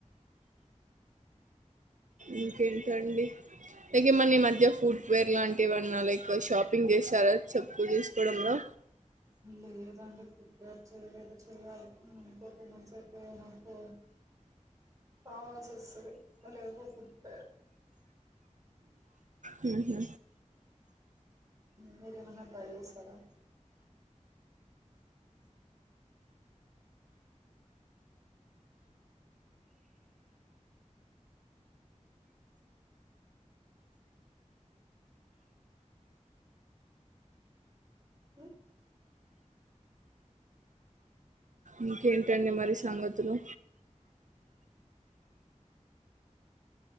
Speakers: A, on the right; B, on the right.
A: ఇంకేంటండి లైక్ ఏమన్న ఈ మధ్య ఫుట్ వేర్ లాంటి ఏవన్నా లైక్ షాపింగ్ చేసారా చెప్పలు చూసుకోవడంలో
B: లేదండి ఫుట్ వేర్ చేయలేదు చెయాలి ఇంకో టూ మంత్స్ అయితే నాకు ఆ చేస్తది లేవు ఫుట్ వేర్
A: ఉహు
B: మీరేమన్న ట్రై చేసారా అ
A: ఇంకేంటండి మరి సంగతులు